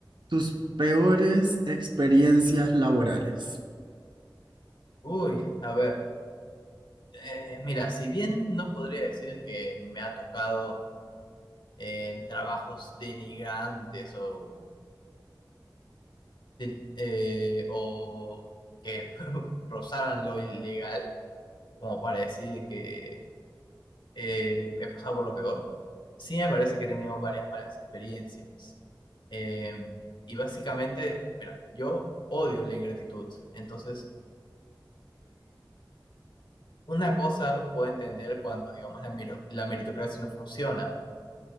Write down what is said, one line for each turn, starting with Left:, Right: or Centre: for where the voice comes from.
Right: tus peores experiencias laborales?
Left: uy, a ver, eh, mira, si bien no podría decir que me ha tocado eh, en trabajos denigrantes o, den- eh, o que <laughs> rozaran lo ilegal, como para decir que eh, he pasado por lo peor, sí me parece que he tenido varias malas experiencias. Eh, y básicamente, mira, yo odio la ingratitud, entonces Una cosa puedo entender cuando, digamos, la, mero- la meritocracia no funciona,